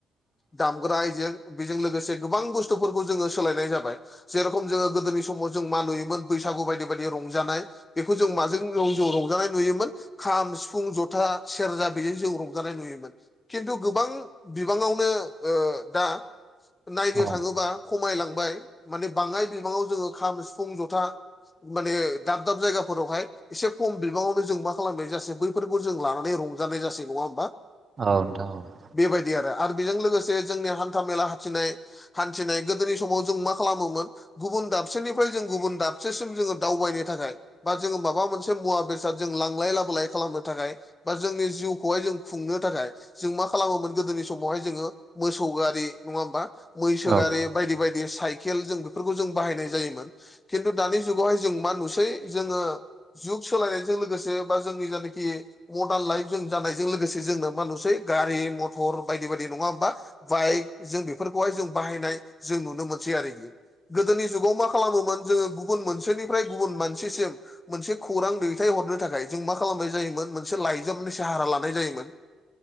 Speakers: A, on the left; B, on the right.
A: दामग्रा आयजें बिजों लोगोसे गोबां बुस्थुफोरखौ जोङो सोलायनाय जाबाय। जेरखम जोङो गोदोनि समाव जों मा नुयोमोन बैसागु बायदि बायदि रंजानाय बेखौ जों माजों <unintelligible> रंजानाय नुयोमोन। खाम सिफुं जथा सेरजा बेजों जों रंजानाय नुयोमोन। खिन्थु गोबां बिबाङावनो ओ दा नायनो
B: औ
A: थाङोबा खमायलांबाय माने बाङाय बिबाङाव जोङो खाम सिफुं जथा माने दाब दाब जायगाफोरावहाय एसे खम बिबाङावनो जों मा खालामनाय जासै बैफोरखौ जों लानानै रंजानाय जासै। नङा होमबा?
B: औ नोंथां औ।
A: बेबायदि आरो आरो बेजों लोगोसे जोंनि हान्था मेला हान्थिनाय हान्थिनाय गोदोनि समाव जों मा खालामोमोन गुबुन दाबसेनिफ्राय जों गुबुन दाबसेसिम जोङो दावबायनो थाखाय बा जोङो माबा मोनसे मुवा बेसाद जों लां ङलाय लाबोलाय खालामनो थाखाय बा जोंनि जिउखौहाय जों खुंनो थाखाय जों मा खालामोमोन गोदोनि समावहाय जोङो मोसौ गारि नङा होमबा? मैसो
B: औ
A: गारि बायदि बाय बे साइकेल जों बेफोरखौ जों बाहायनाय जायोमोन खिन्थु दानि जुगावहाय जों मा नुसै जोङो जुग सोलायनायजों लोगोसे बा जोंनि गामिखि मदान लाइफ जों जानायजों लोगोसे जोंना मा नुसै गारि मथर बायदि बायदि नङा होमबा? बाइक जों बेफोरखौहाय जों बाहायनाय जों नुनो मोनसै आरोखि। गोदोनि जुगाव मा खालामोमोन जोङो गुबुन मोनसेनिफ्राय गुबुन मानसिसिम मोनसे खौरां दैथाय हरनो थाखाय जों मा खालामनाय जायोमोन मोनसे लाइजामनि साहारा लानाय जायोमोन।